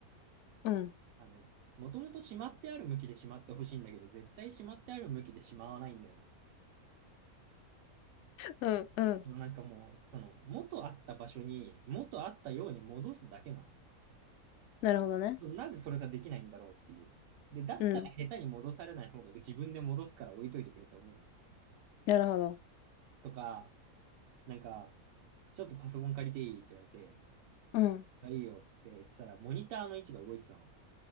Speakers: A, on the left (about 65°); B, on the right (about 70°).
A: うん、
B: あの、もともとしまってある向きでしまってほしいんだけど、絶対しまってある向きでしまわないんだよね。
A: うん、うん。
B: なんかもう、その、元あった場所に、元あったように戻すだけなの。
A: なるほどね。
B: なぜそれができないんだろうっていう。で、だったら下手に戻されない方が自分で戻すから置いといてくれって思うのね。
A: うん、なるほど。
B: とか、なんか、ちょっとパソコン借りていいって言われて、
A: うん、
B: あいいよっつって言ってたら、モニターの位置が動いてたの。